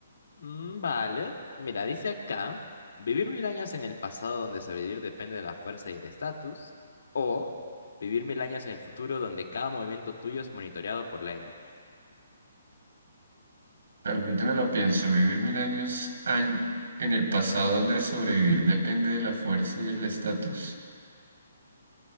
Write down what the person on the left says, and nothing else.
Mm, vale. Mira, dice acá, vivir mil años en el pasado donde sobrevivir depende de la fuerza y el estatus, o vivir mil años en el futuro donde cada movimiento tuyo es monitoreado por la élite.